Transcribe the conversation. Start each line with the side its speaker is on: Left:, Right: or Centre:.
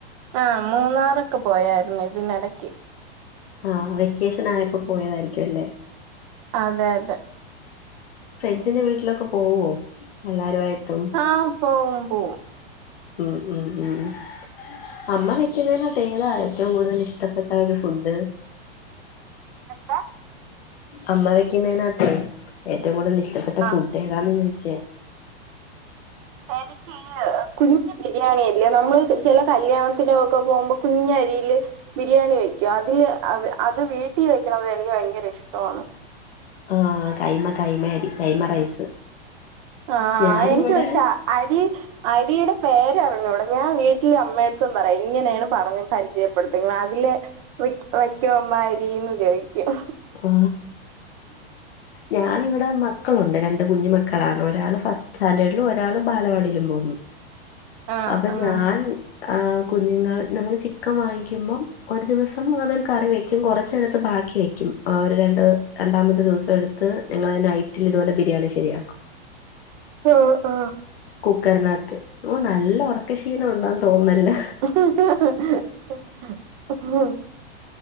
Right: ആ് മൂന്നാറൊക്കെ പോയായിരുന്നു ഇതിനെടക്ക്
Left: ആ വെക്കേഷൻ ആയപ്പോ പോയതായിരിക്കും അല്ലേ
Right: അതെ അതെ
Left: ഫ്രണ്ട്സിന്റെ വീട്ടിലൊക്കെ പോവുവോ എല്ലാരുവായിട്ടും
Right: ആ പോവും പോവും
Left: ഉം ഉം അമ്മ വെക്കുന്നതിനാത്തേതാ ഏറ്റവും കൂടുതൽ ഇഷ്ടം ഇഷ്ടപ്പെട്ട ഒരു ഫുഡ്
Right: എന്താ
Left: അമ്മ വെക്കുന്നതിനനാത്തെ ഏറ്റവും കൂടുതൽ ഇഷ്ടപ്പെട്ട
Right: ആഹ്
Left: ഫുഡ് ഏതാന്ന് ചോയ്ച്ചേ
Right: എനിക്ക് നിക്ക് കുഞ് ബിരിയാണില്ലേ നമ്മള് ചെല കല്യാണത്തിനൊക്കെ പോവുമ്പോ കുഞ്ഞ് അരീല് ബിരിയാണി വെക്കും അതില് അത് വീട്ടിൽ വെക്കണത് എനിക്ക് ഭയങ്കര ഇഷ്ടവാണ്
Left: ആ കൈമ കൈമ അരി കൈമ റൈസ്
Right: ആ
Left: ഞാനിവിടെ
Right: എനിക്ക് പക്ഷെ അരി ആ രിയുടെ പേര്റിഞ്ഞൂട ഞാൻ വീട്ടില അമ്മയട്ത്തും പറയാ ഇങ്ങനെയാണ് പറഞ്ഞ് പരിചയപ്പെടുത്ത അതിലെ വയ്ക്കോ മ്മാരീന്ന് ചോയ്ക്കും
Left: ആ ഞാാനിവിടെ മക്കളുണ്ട് രണ്ട് കുഞ്ഞുമക്കളാണ് ഒരാള് ഫസ്റ്റ് സ്റ്റാൻഡേർഡിലും ഒരാൾ ബാലവാടിയിലും പോവുന്നു
Right: ആഹ്
Left: അപ്പൊ
Right: ആഹ്
Left: ഞാൻ ആഹ് കുഞ്ഞുങ്ങൾ നമ്മള് ചിക്കൻ വാങ്ങിക്കുമ്പോം ഒരു ദിവസം അതൊരു കറി വെ ക്കും കുറച്ചെടുത്ത് ബാക്കി വയ്ക്കും ആ ഒരു രണ്ട് രണ്ടാമത്തെ ദിവസം എടുത്ത് ഞങ്ങള് നൈറ്റിൽ ഇതുപോലെ ബിരിയാണി ശരിയാക്കും <inaudible>
Right: ആ
Left: കുക്കറിനകത്ത് ഓ നല്ല ഉറക്ക ക്ഷീണം ഉണ്ടന്ന് തോന്ന്ന്നല്ലോ
Right: ആഹ